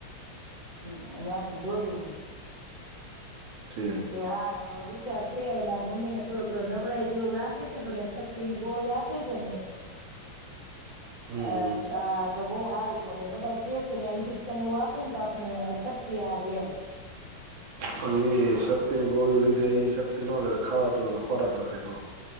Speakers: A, on the right; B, on the right.
A: હમ ન્યાથી જોયું મેં.
B: ઠીક
A: તે હારું, અ વિચારું તે હવે મારા મમ્મીને થોડુંક નબળાઈ જેવું લાગે શે ન તો ન્યા હવ શક્તિની ગોળી આપે કે નઈ?
B: હમ
A: એ તા તો બઉ હારુ. પડ એમ બધાય કે છે ને આ પણ એવું વાત હોય ને તો આપને શક્તિ આવે એમ.
B: પણ એ શક્તિની ગોળી લીધે એ શક્તિ ન લે ખાવા-પીવાનો ખોરાક રખાય થોડો.